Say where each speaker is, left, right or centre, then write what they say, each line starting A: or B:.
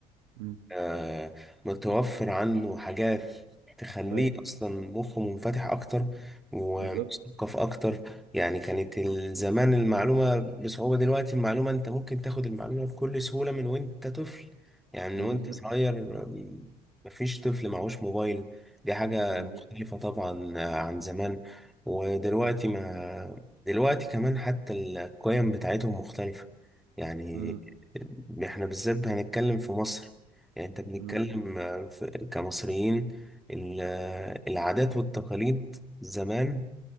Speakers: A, on the right; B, in the centre.
A: م.
B: آه، متوفر عنه حاجات تخليه
A: ايوه
B: أصلا مخه منفتح أكتر ومثقف
A: بالظبط
B: أكتر يعني كانت ال- زمان المعلومة بصعوبة دلوقتي المعلومة أنت ممكن تاخد المعلومة بكل سهولة من وأنت طفل يعني
A: بالظبط
B: من وأنت صغير آم، مفيش طفل معهوش موبايل دي حاجة
A: بالظبط
B: مختلفة طبعا آه، عن زمان ودلوقتي ما دلوقتي كمان حتى القيم بتاعتهم مختلفة يعني
A: م-
B: احنا بالذات هنتكلم في مصر يعني انت بنتكلم
A: م-
B: آه، في- كمصريين ال- آه، العادات والتقاليد زمان